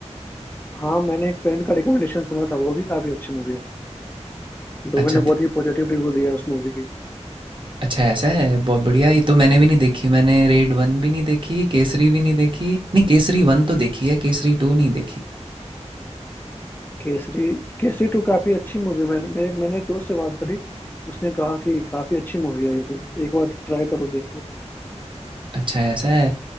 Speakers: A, on the left; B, on the right.
A: हाँ मैंने एक फ्रेंड का रिकमेंडेशन सुना था वो भी काफी अच्छी मूवी है लोगों
B: अच्छा
A: ने बहुत ही पॉजिटिव रिव्यू दिया है उस मूवी की
B: अच्छा ऐसा है बहुत बढ़िया ये तो मैंने भी नहीं देखी मैंने रेड वन भी नहीं देखी केसरी भी नहीं देखी नहीं केसरी वन तो देखी है केसरी टू नहीं देखी
A: केसरी केसरी टू काफी अच्छी मूवी है मैंने मैंने मैंने एक दोस्त से बात करी उसने कहा कि काफी अच्छी मूवी है ये तो एक बार ट्राई करो देखने का
B: अच्छा ऐसा है